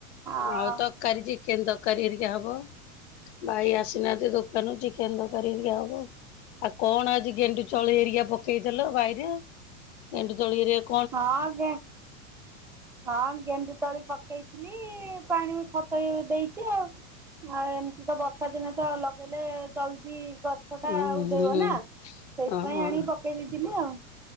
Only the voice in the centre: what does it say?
ହଁ
ହଁ ଗେ ହଁ ଗେଣ୍ଡୁ ତଳି ପକେଇଥିଲି ପାଣି ଖତ ଇଏ ଦେଇଚି ଆଉ। ଆଉ ଏମିତି ତ ବର୍ଷା ଦିନେ ତ ଲଗେଇଲେ ଜଲଦି ଗ ଗଛ ଟା
ଆଉ
ଧେଇବ ନା ସେଇଥିପାଇଁ
ଆଣିକି ପକେଇ ଦେଇଥିଲି ଆଉ।